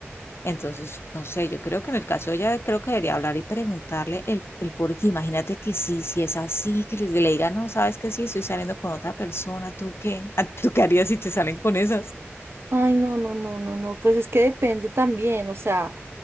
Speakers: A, on the left; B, on the right.
A: Entonces, no sé, yo creo que en el caso de ella, creo que debería hablar y preguntarle el, el por qué. Imagínate que sí, si es así, que les le diga, no, sabes que sí, estoy saliendo con otra persona, ¿tú qué? <laughs> ¿Tú qué harías si te salen con esas?
B: Ay, no, no, no, no, no. Pues es que depende también, o sea,